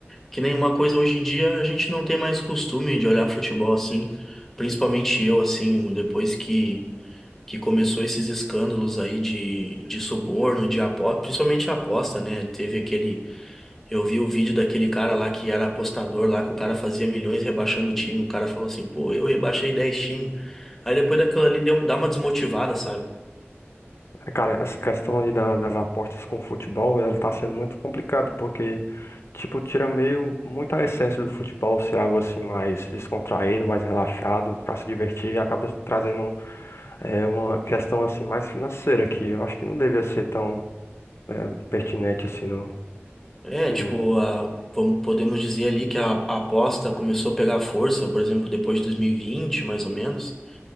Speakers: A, in the centre; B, on the left.
A: Que nenhuma coisa hoje em dia a gente não tem mais costume de olhar futebol assim, principalmente eu assim, depois que que começou esses escândalos aí de, de suborno, de aposta, principalmente aposta, né? Teve aquele, eu vi o vídeo daquele cara lá que era apostador lá que o cara fazia milhões rebaixando o time, o cara falou assim: "Pô, eu rebaixei 10 times". Aí depois daquilo ali deu, dá uma desmotivada, sabe?
B: É, Cara, essa questão aí da- das apostas com futebol, ela tá sendo muito complicada, porque, tipo, tira meio muita essência do futebol ser algo assim mais descontraído, mais relaxado, pra se divertir, e acaba trazendo é, uma questão assim mais financeira, que eu acho que não devia ser tão é, pertinente assim no.
A: É,
B: Hum.
A: tipo, a, vamos- podemos dizer ali que a, a aposta começou a pegar força, por exemplo, depois de 2020, mais ou menos.